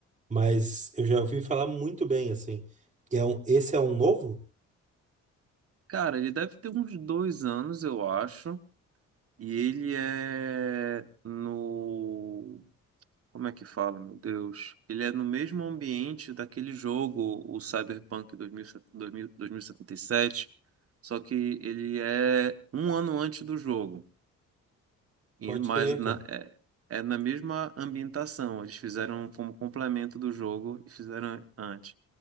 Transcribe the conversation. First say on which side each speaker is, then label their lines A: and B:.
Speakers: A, on the right (about 25°); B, on the right (about 50°).
A: mas eu já ouvi falar muito bem, assim. E É um, esse é um novo?
B: Cara, ele deve ter uns dois anos, eu acho. E ele é no. Como é que fala, meu Deus? Ele é no mesmo ambiente daquele jogo, o Cyberpunk dois mil e setenta dois mil dois mil e setenta e sete só que ele é um ano antes do jogo, e-
A: Pode
B: mas
A: crer,
B: na-
A: cara.
B: é, é na mesma ambientação. Eles fizeram como complemento do jogo e fizeram antes.